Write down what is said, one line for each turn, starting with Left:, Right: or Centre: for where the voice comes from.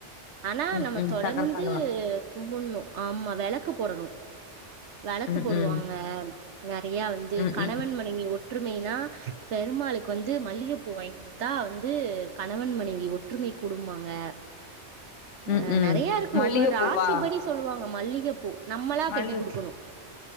Right: ஆனா
Left: ம்
Right: நம்ம
Left: ம்
Right: தொடர்ந்து
Left: சக்கர தாழ்வார்
Right: கும்புணு ஆமா விளக்கு போடணு விளக்கு
Left: ம்
Right: போடுவாங்க
Left: ம்
Right: நிறைய வந்து
Left: ம்
Right: கணவன்
Left: ம்
Right: மனைவி ஓற் ஒற்றுமைனா பெருமாளைக்கு க்கு வந்து மல்லிகைப்பூ வாங்கி கொடுத்தா வந்து கணவன் மனைவி ஒற்றுமை கூடுமாங்க
Left: ம்
Right: ஆஹ்
Left: ம்
Right: நிறைய இருக்கும்
Left: மல்லிக
Right: ஒவ்வொரு ராசி
Left: பூவா
Right: படி சொல்லுவாங்க மல்லிகைப்பூ நம்மளா
Left: மல்லிக
Right: கட்டி கொடுக்கணும்